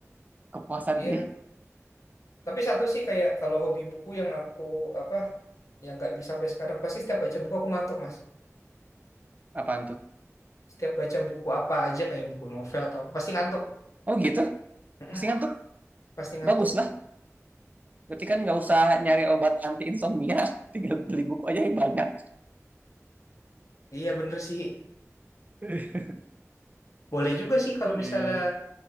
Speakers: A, on the right; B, on the left.
A: kepuasan
B: Iya,
A: sih.
B: tapi satu sih kayak kalau hobi buku yang aku apa yang nggak bisa sampai sekarang pasti setiap baca buku aku ngantuk mas.
A: Apaan tuh?
B: Setiap baca buku apa aja kayak buku novel atau apa pasti ngantuk.
A: Oh gitu?
B: Mm-mm,
A: Mendingan tuh
B: pasti ngantuk.
A: bagus lah. Berarti kan nggak usah nyari obat anti insomnia, <laughs> tinggal beli buku aja yang banyak.
B: Iya bener sih.
A: <laughs>
B: Boleh juga sih kalau
A: Iya,
B: misalnya
A: iya, iya.